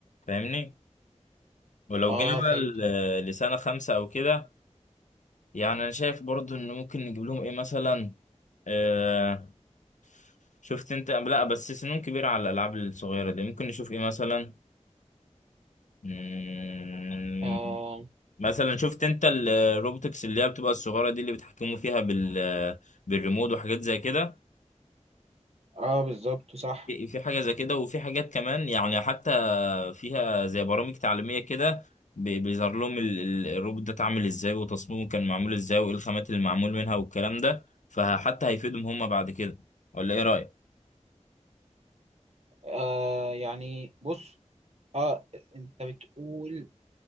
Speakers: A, on the left; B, on the right.
A: فاهمني ولو
B: اه
A: جينا بقى
B: فهمت
A: ل- لسنة خمسة أو كده يعني أنا شايف برضو إن ممكن نجيب لهم إيه مثلا آه شفت أنت لا بس سنهم كبيرة على الألعاب الصغيرة دي ممكن نشوف إيه مثلا مم،
B: اه,
A: مثلا شفت أنت ال- الروبوتكس اللي هي بتبقى الصغيرة دي اللي بيتحكموا فيها بال بالريموت وحاجات زي كده
B: آه بالظبط صح
A: في في حاجة زي كده وفي حاجات كمان يعني حتى فيها زي برامج تعليمية كده بي- بيظهر لهم ال- ال- الروبوت ده اتعمل ازاي وتصميمه كان معمول ازاي وايه الخامات اللي معمول منها والكلام ده فحتى هيفيدهم هم بعد كده ولا ايه رأيك؟
B: آه يعني بص اه انت بتقول